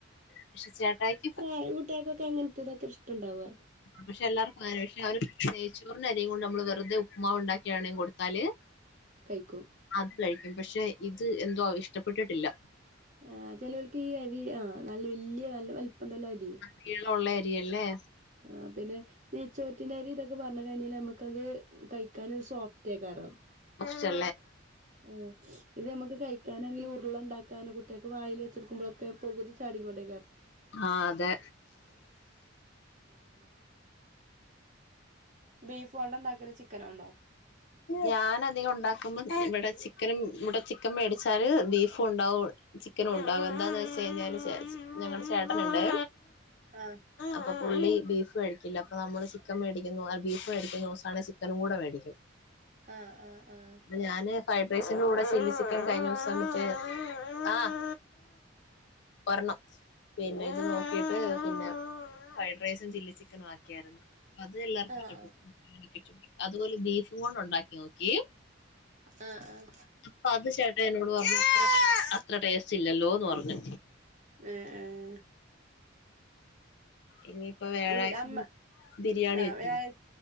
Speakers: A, on the left (about 55°); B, on the right (about 40°).
A: പക്ഷെ ചേട്ടയിക്ക്
B: കൈ വിടാതെ ക്ക അങ്ങനത്തതൊക്കെ അത്ര ഇഷ്ടണ്ടാവുക
A: പക്ഷെ എല്ലാർക്കും <inaudible> പക്ഷെ അവര് നെയ്‌ച്ചോറിന്റെ അരിയും കൊണ്ട് നമ്മള് വെറുതെ ഉപ്മ ഉണ്ടാക്കി <inaudible> കൊടുതാല്
B: കഴിക്കും
A: അത് കഴിക്കും പക്ഷെ ഇത് എന്തോ ഇഷ്ടപ്പെട്ടിട്ടില്ല
B: ആഹ് ചെിലവൾക്ക് ഈ അരി ആഹ നല്ല വല്യ നല്ല വലപ്പം ഉണ്ടല്ല അരി
A: നീളം ഉള്ള അരി അല്ലേ
B: ആഹ് പിന്നെ നെയ്ച്ചോറ്റിന്റെരി ഇതൊക്കെ പറഞ്ഞ കഴിഞ്ഞാല് നമ്മക്ക് ത് കഴിക്കനോരു സോഫ്റ്റ് അയ്കാരം
A: ചെ
B: ആഹ് ഇത് നമുക്ക് കൈ ങ്ങനെങ്കില ഉരുള ഉണ്ടാക്കാനൻ കുട്ടികൾക്ക് വായിൽ വെടുക്കുമ്പഴൊക്കെ പുകുതിചാടി കൊണ്ട
A: ആഹ് അതെ
B: ഓഹ് ബീഫ്കൊണ്ട ഉണ്ടാക്കല് ചിക്കനോണ്ടോ
A: ഞാൻ അധികം ഉണ്ടാക്കുമ്പോം ഇവിടെ ചിക്കനും ഇവിടെ ചിക്കൻ മേടിച്ചാല് ബീഫും ഉണ്ടാവും ചിക്കനും ഉണ്ടാകും എന്താന്ന് വെച്ച കഴിഞ്ഞാല് ഞങ്ങളടെ ചേട്ടനുണ്ടെ
B: ആഹ്
A: അപ്പൊ പുള്ളി ബീഫ് കഴിക്കില്ല അപ്പൊ നമ്മള് ചിക്കൻ മേടിക്കുന്നു ബീഫ് മേടിക്കുന്നു ദിവസമാണ് ചിക്കനും കൂടെ മേടിക്കും
B: ആഹ് ആഹ്
A: ഞാന് ഫ്രൈഡ് റൈസിന്റെറെ കൂടെ ചില്ലി ചിക്കൻ കഴിഞ്ഞുസം മിച്ച് ആഹ് ഒരണം പിന്നെ ഇത് നോക്കിട്ട് പിന്നെ ഫ്രൈഡ് റൈസും ചില്ലി ചിക്കനും ആക്കിയായിരുന്നു അ അത് എല്ലാവർക്കും
B: ആഹ്
A: ഇഷ്ടപ്പെട്ടു അതുപോലെ ബീഫും കൊണ്ട് ഒണ്ടാക്കി നോക്കി
B: ആ ആഹ്
A: അപ്പൊ അത് ചേട്ടായി എന്നോട് പറഞ്ഞ് അത്ര ടേസ്റ്റ് ഇല്ലല്ലോന്ന് പറഞ്ഞു
B: ഏഹ് ഏഹ്
A: ഇനിയിപ്പ വ്യാഴാഴ്ച
B: വീ അമ്മ
A: ബിരിയാണി
B: ആഹ്
A: വെച്ച്
B: വ്യാഴാ